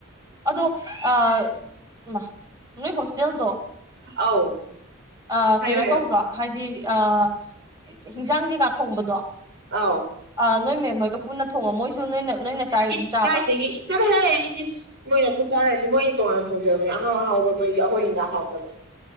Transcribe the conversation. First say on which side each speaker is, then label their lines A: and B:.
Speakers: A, on the right; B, on the right.
A: ꯑꯗꯣ ꯑ ꯏꯃꯥ ꯅꯣꯏ ꯍꯣꯁꯇꯦꯜꯗꯣ
B: ꯑꯧ
A: ꯑꯥꯥ
B: ꯍꯥꯏꯌꯣ
A: ꯀꯩꯅꯣ
B: ꯍꯥꯏꯌꯣ
A: ꯇꯧꯗ꯭ꯔꯣ ꯍꯥꯏꯗꯤ ꯑ ꯀꯩ ꯀꯩ ꯍꯤꯟꯖꯥꯡ ꯀꯩꯀꯥ ꯊꯣꯡꯕꯗꯣ
B: ꯑꯥꯎ
A: ꯑ ꯅꯣꯏ ꯃꯦꯝ ꯍꯣꯏꯒ ꯄꯨꯟꯅ ꯊꯣꯡꯉꯣ ꯃꯣꯏꯁꯨ ꯅꯣꯏꯅ ꯅꯣꯏꯅ ꯆꯥꯔꯤ ꯑꯗꯨꯝ
B: ꯏꯁ
A: ꯆꯥꯕ꯭ꯔꯥ
B: ꯀꯥꯏꯗꯒꯤ ꯆꯠꯂꯣꯍꯦ ꯏꯁ ꯏꯁ ꯃꯣꯏꯅ ꯑꯗꯨ ꯆꯥꯔꯅꯤ ꯃꯣꯏꯗꯤ ꯇꯣꯉꯥꯟꯅ ꯊꯣꯡꯖꯕꯅꯦ ꯑꯍꯥꯎ ꯑꯍꯥꯎꯕ ꯃꯣꯏꯗꯤ ꯑꯩꯈꯣꯏꯒꯤꯅ ꯍꯥꯎꯇꯕ